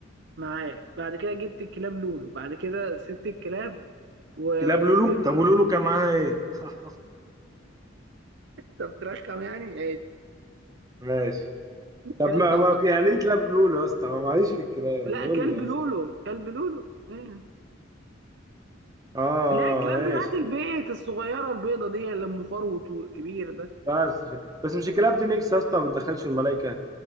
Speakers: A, on the right; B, on the right.
A: معاه بعد كده جبت الكلاب لولو بعد كده سبت الكلاب و...
B: كلاب
A: وجبت-
B: لولو طب ولولو كان معاها ايه <laughs>
A: طب ترخم يعني
B: ماشي طب
A: يا
B: ما
A: اسطى
B: ما
A: وب-
B: يعني ايه كلاب لولو يا اسطى أنا معيش في الكلاب
A: لا
B: قول
A: كلب
B: لي يا
A: لولو
B: اسطى
A: كلب لولو ايوه
B: اه آه،
A: لا الكلاب
B: ماشي
A: بتاعت البيت الصغيره البيضه دي اللي ام فروت كبير ده
B: بس بس مش الكلاب دي نيكس يا اسطى ما بتدخلش الملائكه